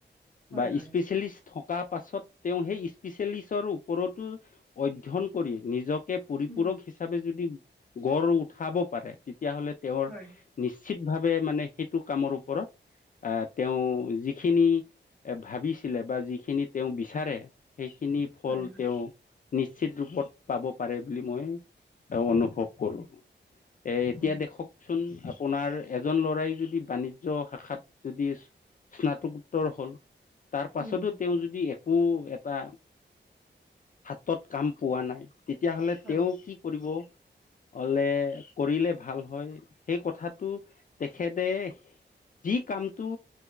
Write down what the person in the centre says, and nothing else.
হয়
হয়
উম
হয়
হয় হয়
অ
উম
হয়